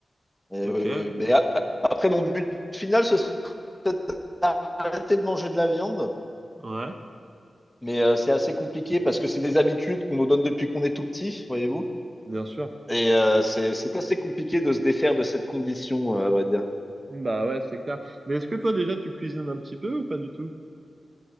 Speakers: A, in the centre; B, on the right.
A: Et
B: Ok,
A: oui, oui. Mais a- après, mon but final, ce serait d'arrêter de manger de la viande.
B: ouais.
A: Mais euh, c'est assez compliqué parce que c'est des habitudes qu'on nous donne depuis qu'on est tout petit, voyez-vous.
B: Bien sûr.
A: Et euh, c'est c'est assez compliqué de se défaire de cette condition, euh, à vrai dire.
B: Bah ouais, c'est clair. Mais est-ce que toi déjà tu cuisines un petit peu ou pas du tout?